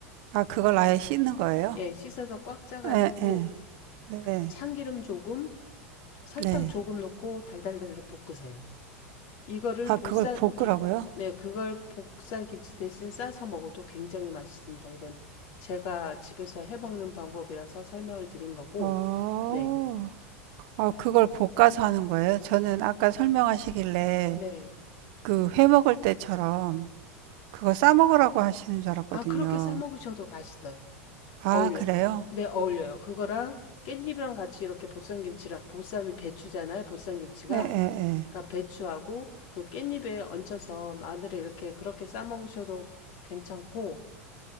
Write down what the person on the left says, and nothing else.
예, 씻어서 꽉 짜가지고
참기름 조금, 설탕
조금 넣고 달달달달 볶으세요. 이거를
보쌈,
기- 네, 그걸 보쌈 김치 대신 싸서 먹어도 굉장히 맛있습니다. 이건 제가 집에서 해 먹는 방법이라서 설명을 드린 거고,
네,
네.
아, 그렇게 싸 먹으셔도 맛있어요.
어울려.
네, 어울려요. 그거랑 깻잎이랑 같이 이렇게 보쌈 김치랑, 보쌈이 배추잖아요, 보쌈 김치가.
그러니까 배추하고 그 깻잎에 얹혀서 마늘에 이렇게 그렇게 싸 먹으셔도 괜찮고,